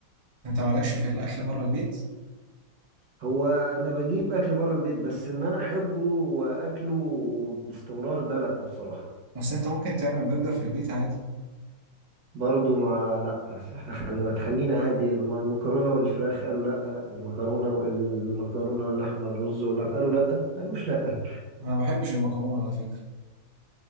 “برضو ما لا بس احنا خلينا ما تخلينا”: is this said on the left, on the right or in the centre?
Right